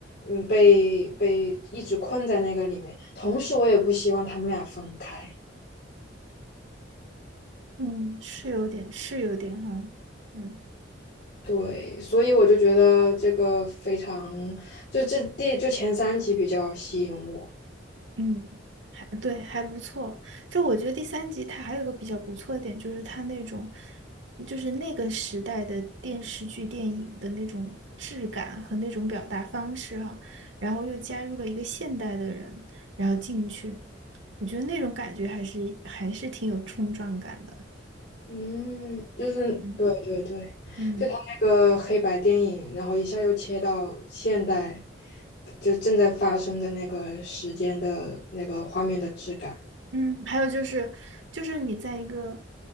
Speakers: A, on the left; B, on the right.
A: 嗯被被一直困在那个里面，同时我也不希望他们俩分开。
B: 嗯，是有点，是有点哈，嗯
A: 对，所以我就觉得这个非常，就这第就前三集比较吸引我，
B: 嗯，还对，还不错。就我觉得第三集它还有个比较不错的点，就是它那种，就是那个时代的电视剧、电影的那种质感和那种表达方式哈，然后又加入了一个现代的人，然后进去，我觉得那种感觉还是还是挺有冲撞感的。
A: 嗯，就是对对对，
B: 嗯嗯。
A: 就他那个黑白电影，然后一下又切到现代，就正在发生的那个时间的那个画面的质感。
B: 嗯，还有就是，就是你在一个